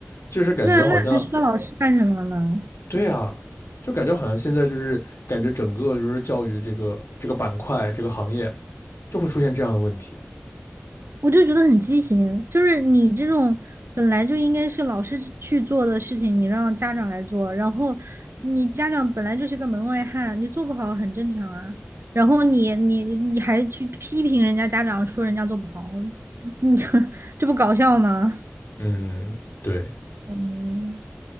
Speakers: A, on the left (about 75°); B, on the right (about 65°).
A: 就是感觉好像
B: 对啊，那还需要老师干什么呢？
A: 对啊，就感觉好像现在就是感觉整个就是教育这个这个板块这个行业就会出现这样的问题。
B: 我就觉得很畸形，就是你这种本来就应该是老师去做的事情，你让家长来做，然后你家长本来就是个门外汉，你做不好很正常啊。然后你你你还去批评人家家长，说人家做不好，<laughs> 这不搞笑吗？
A: 嗯，对，
B: 嗯，